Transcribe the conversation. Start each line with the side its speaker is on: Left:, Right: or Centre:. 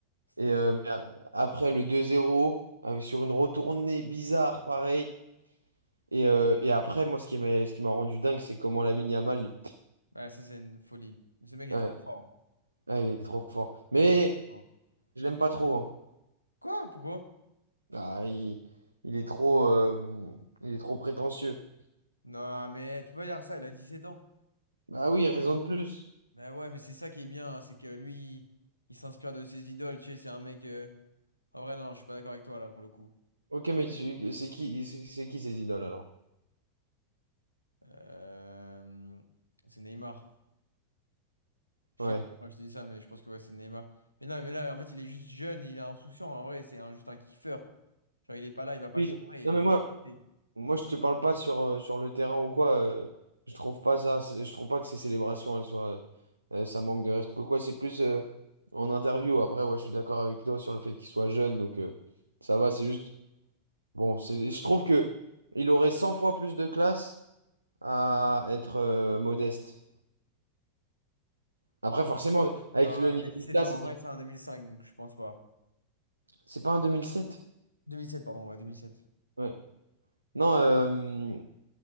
Left: C'était
Right: et,
Left: une
Right: euh,
Left: dinguerie.
Right: mais a- après, le 2-0, avec- sur une retournée bizarre, pareil. Et, euh, et après, moi, ce qui m'a ce qui m'a rendu dingue, c'est comment Lamine Yamal,
Left: Ouais, ça, c'est une folie. Mais ce mec est
Right: ouais,
Left: trop fort. hein.
Right: ouais, il est trop fort.
Left: Ce
Right: Mais
Left: mec est trop fort.
Right: je l'aime pas trop. hein.
Left: Quoi? Pourquoi?
Right: Ah, il, il est trop, euh, il est trop prétentieux.
Left: Non, mais tu peux pas dire ça, il a 17 ans.
Right: Ah oui, raison de plus.
Left: Bah ouais, mais c'est ça qui est bien, hein, c'est que lui, il, il s'inspire de ses idoles, tu sais, c'est un mec... euh, En vrai, non, je suis pas d'accord avec toi, là, pour le coup.
Right: Ok, mais tu- c'est qui, c'est c'est qui ces idoles alors?
Left: Euh, C'est Neymar. Je
Right: Ouais.
Left: sais plus, moi je te dis ça, mais je pense que ouais, c'est Neymar. Mais non, mais là, en fait, il est juste jeune et il est insouciant, en vrai, c'est un- juste un kiffeur. Genre, il est pas là, il va pas
Right: Oui.
Left: chambrer, il
Right: Non
Left: va
Right: mais
Left: juste...
Right: moi,
Left: kiffer.
Right: moi je te parle pas sur, euh, sur le terrain ou quoi. euh, je trouve pas ça, c'est- je trouve pas que ces célébrations, elles soient, euh, ça manque de respect. Pourquoi c'est plus euh, en interview. Après, ouais, je suis d'accord avec toi sur le fait qu'il soit jeune, donc euh, ça va. C'est juste, bon, c'est- je trouve que il aurait 100 fois plus de classe à être euh, modeste. Après,
Left: Euh,
Right: forcément, avec
Left: Non,
Right: le niveau
Left: il a dix
Right: de
Left: sept
Right: là,
Left: ans,
Right: c'est
Left: en
Right: difficile.
Left: vrai, c'est un 2005 donc je pense pas.
Right: C'est pas un deux mille sept
Left: deux mille sept pardon, ouais, deux mille sept
Right: Ouais. Non, euh,